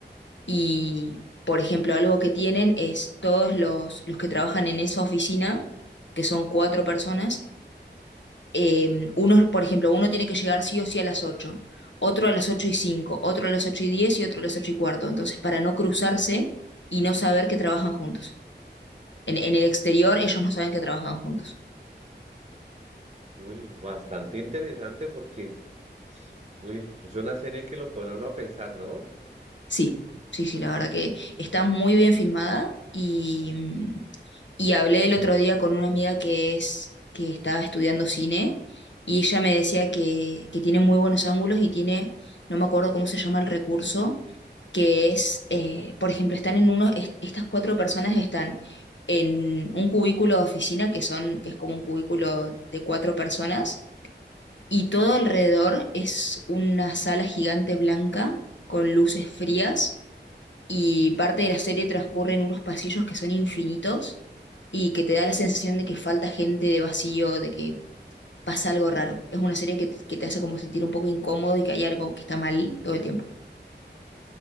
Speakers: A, on the left (about 80°); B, on the right (about 35°).
A: Y, por ejemplo, algo que tienen es todos los, los que trabajan en esa oficina, que son cuatro personas, eh, uno, por ejemplo, uno tiene que llegar sí o sí a las ocho otro a las 8 y cinco otro a las 8 y 10 y otro a las 8 y cuarto. Entonces, para no cruzarse y no saber que trabajan juntos. En, en el exterior ellos no saben que trabajan juntos.
B: uy, bastante interesante porque, uy, es una serie que lo pone a uno a pensar, ¿no?
A: Sí, sí, sí, la verdad que está muy bien filmada y, Y hablé el otro día con una amiga que es, que estaba estudiando cine, y ella me decía que, que tiene muy buenos ángulos y tiene, no me acuerdo cómo se llama el recurso, que es, eh, por ejemplo, están en uno, est- estas cuatro personas están en un cubículo de oficina, que son, que es como un cubículo de cuatro personas, y todo alrededor es una sala gigante blanca con luces frías y parte de la serie transcurre en unos pasillos que son infinitos y que te da la sensación de que falta gente de vacío, de que pasa algo raro. Es una serie que, que te hace como sentir un poco incómodo y que hay algo que está mal todo el tiempo.